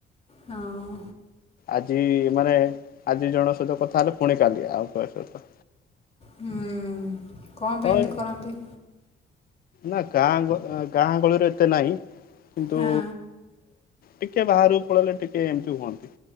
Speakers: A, on the left; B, on the left.
A: ହଁ
B: ଆଜି ମାନେ ଆଜି ଜଣ ସହିତ କଥା ହେଲେ ପୁଣି କାଲି ଆଉ କା ସହିତ
A: ହୁଁ କଣ ପାଇଁ
B: ହଁ
A: ଏମିତି କରନ୍ତି?
B: ନା ଗାଁ ଗାଁ ଗଳିରୁ ଏତେ ନାହିଁ। କିନ୍ତୁ
A: ହଁ
B: ଟିକେ ବାହାରୁ ଳରେ ଟିକେ ଏମିତି ହୁଅନ୍ତି